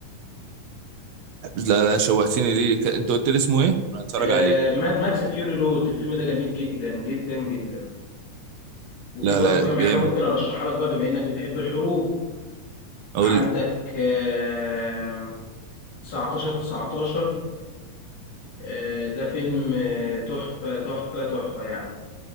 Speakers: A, on the right; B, on the left.
A: لا لا شوقتني ليه ك- انت قلت لي اسمه ايه؟ انا هتفرج
B: آه
A: عليه
B: ماد ماكس فيوري رود الفيلم ده جميل جدا جدا جدا وفي
A: لا
B: برضو
A: لا
B: كام حاجة
A: جامد
B: ممكن أرشحها لك بقى بما إنك بتحب الحروب
A: قول
B: عندك
A: لي
B: آه 19 19 آه، ده فيلم آه، تحفة تحفة تحفة يعني